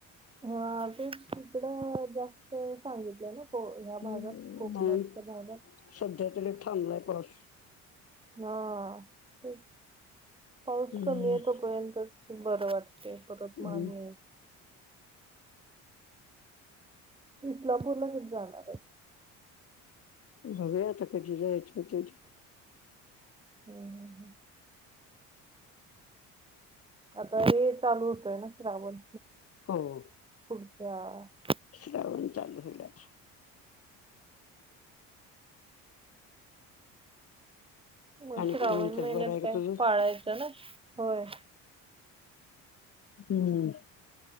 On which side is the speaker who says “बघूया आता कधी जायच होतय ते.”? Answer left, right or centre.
Left